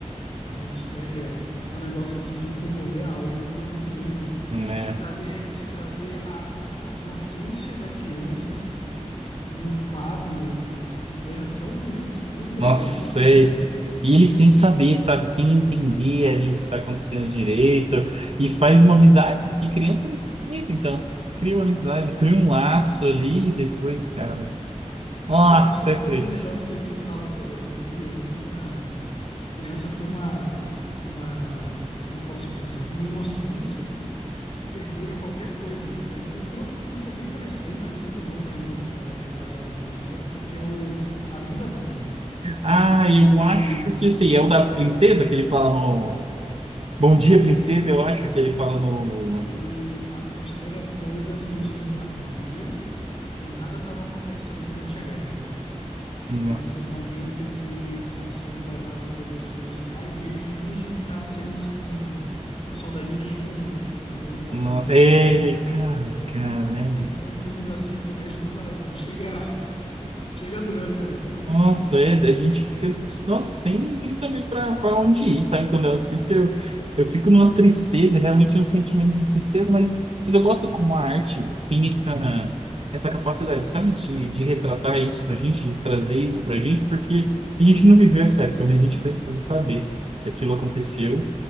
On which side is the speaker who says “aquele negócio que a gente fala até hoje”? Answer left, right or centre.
Left